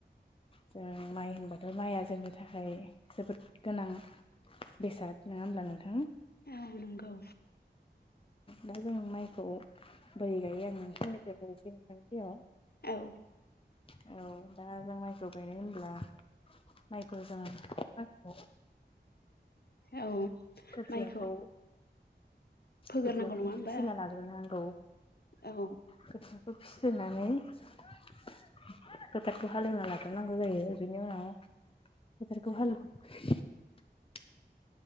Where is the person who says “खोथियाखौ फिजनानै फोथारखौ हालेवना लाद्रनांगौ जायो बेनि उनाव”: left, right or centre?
Left